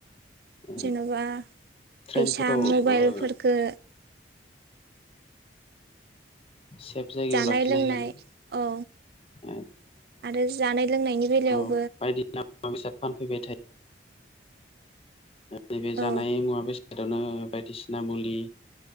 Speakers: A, on the left; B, on the right.
A: ओ
B: जेन'बा
A: ट्रेनफोराव
B: फैसा मबाइलफोरफोरखौ
A: ओ सेफ जायगायाव
B: जानाय
A: लाखिनांगोन
B: लोंनाय औ
A: ओ
B: आरो जानाय लोंनायनि बेलायाव
A: बायदिना मुवा, बेसाद फानफैबाय थायो। नैबे
B: औ
A: जानाय मुवा, बेसादआवनो बायदिसिना मुलि